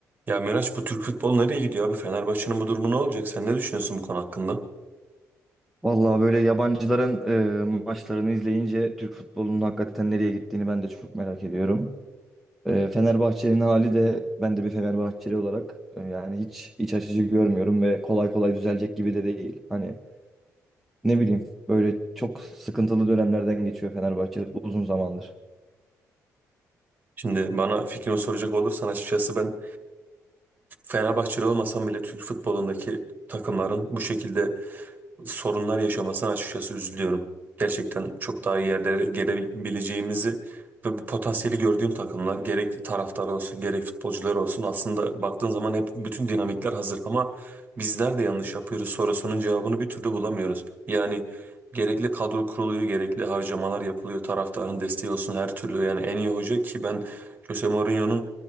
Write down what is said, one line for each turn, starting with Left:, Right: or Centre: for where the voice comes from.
Right: Ya Miraç bu Türk futbolu nereye gidiyor abi? Fenerbahçe'nin bu durumu ne olacak? Sen ne düşünüyorsun bu konu hakkında?
Centre: Vallahi böyle yabancıların e, maçlarını izleyince Türk futbolunun hakikaten nereye gittiğini ben de çok merak ediyorum. E, Fenerbahçe'nin hali de ben de bir Fenerbahçeli olarak e, yani hiç iç açıcı görmüyorum ve kolay kolay düzelecek gibi de değil. Hani ne bileyim böyle çok sıkıntılı dönemlerden geçiyor Fenerbahçe uzun zamandır.
Right: Şimdi bana fikrimi soracak olursan açıkçası ben Fenerbahçeli olmasam bile Türk futbolundaki takımların bu şekilde sorunlar yaşamasına açıkçası üzülüyorum. Gerçekten çok daha iyi yerlere gelebileceğimizi ve bu potansiyeli gördüğüm takımlar gerek taraftar olsun gerek futbolcular olsun aslında baktığın zaman hep bütün dinamikler hazır ama bizler de yanlış yapıyoruz sorusunun cevabını bir türlü bulamıyoruz. Yani gerekli kadro kuruluyor, gerekli harcamalar yapılıyor, taraftarın desteği olsun her türlü yani en iyi hoca ki ben Jose Mourinho'nun